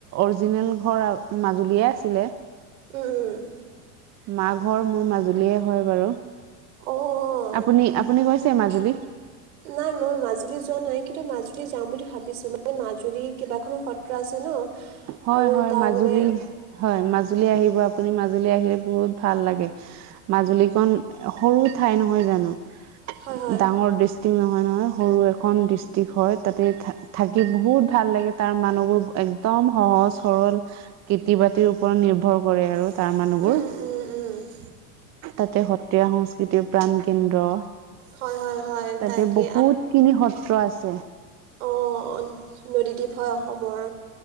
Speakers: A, on the right; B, on the right.
A: অৰিজিনেল ঘৰ মাজুলীয়ে আছিলে।
B: উম- উম।
A: মা ঘৰ মোৰ মাজুলীয়ে হয় বাৰু
B: অঁ অঁ
A: আপুনি- আপুনি গৈছ ছে মাজুলী।
B: নাই মই মাজুলী যোৱা নাই কিন্তু মাজুলী যাম বুলি ভাবিছোঁ এই মাজুলী কেইবাখনো সত্ৰ আছে ন।
A: হয়-
B: আৰু
A: হয়
B: তাৰ
A: মাজুলী
B: মানে
A: হয় মাজুলী আহ আপুনি মাজুলী আহিলে বহুত ভাল লাগে মাজুলীখন সৰু ঠাই নহয় জানো।
B: হয় হয়
A: ডাঙৰ দিচ টো নহয়- নহয় সৰু এখন ডিষ্ট্ৰিক্ট হয় তাতে থ থাকি বহুত ভাল লাগে তাৰ মানুহবোৰ একদম সহজ সৰল খেতি বাতিৰ ওপৰত নিৰ্ভৰ কৰে আৰু।
B: উম
A: তাৰ মানুহবোৰ
B: উম- উম- উম।
A: তাতে সত্ৰীয়া সংস্কৃতিৰ প্ৰাণ কেন্দ্ৰ।
B: হয় হয় হয়
A: তাতে
B: তাকে
A: বহুত খিনি সত্ৰ আছে।
B: অ', নদীদ্বীপ হয় অসমৰ।